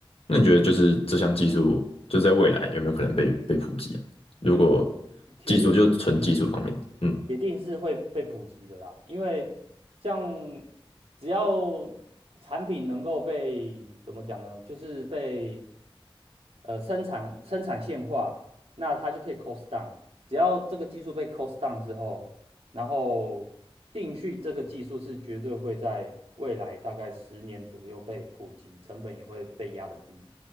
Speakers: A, on the left; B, on the right.
A: 那你觉得就是这项技术，就在未来有没有可能被被普及啊？如果
B: 那铁定，
A: 技术就纯技术方面，
B: 嗯。
A: 嗯
B: 铁定是会被普及的啦，因为像只要产品能够被怎么讲呢，就是被呃生产生产线化，那它就可以 cost down。只要这个技术被 cost down 之后，然后定序这个技术是绝对会在未来大概十年左右被普及，成本也会被压得低，